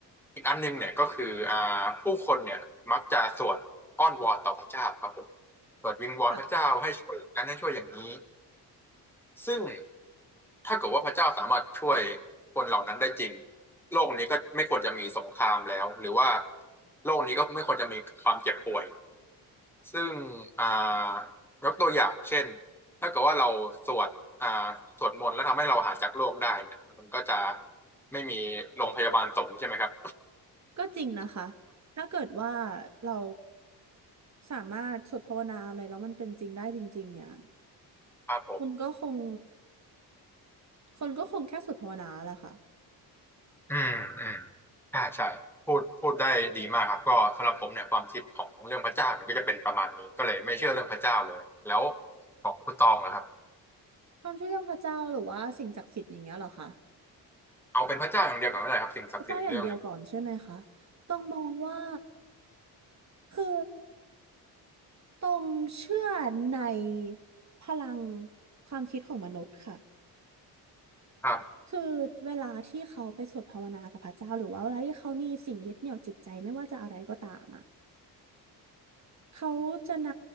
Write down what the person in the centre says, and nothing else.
อีกอันหนึ่งเนี่ยก็คืออ่าผู้คนเนี่ยมักจะสวดอ้อนวอนต่อพระเจ้าครับผมสวดวิงวอนพระเจ้าให้ช่วยอย่างนั้นให้ช่วยอย่างนี้
ซึ่งถ้าเกิดว่าพระเจ้าสามารถช่วยคนเหล่านั้นได้จริงโลกนี้ก็ไม่ควรจะมีสงครามแล้วหรือว่าโลกนี้ก็ไม่ควรจะมีความเจ็บป่วย ซึ่งอ่ายกตัวอย่างเช่นถ้าเกิดว่าเราสวดอ่าสวดมนต์แล้วทำให้เราหายจากโรคได้เนี่ยมันก็จะไม่มีโรงพยาบาลสงฆ์ใช่ไหมครับ
ครับผม
อืมอืมใช่ใช่พูดพูดได้ดีมากครับก็สำหรับผมเนี่ยความคิดของเรื่องพระเจ้าเนี่ยก็จะเป็นประมาณนี้ก็เลยไม่เชื่อเรื่องพระเจ้าเลยแล้วของคุณตองนะครับ
เอาเป็นพระเจ้าอย่างเดียวกันก็ได้ครับสิ่งศักดิ์สิทธิ์อีกเรื่องหนึ่ง
ครับ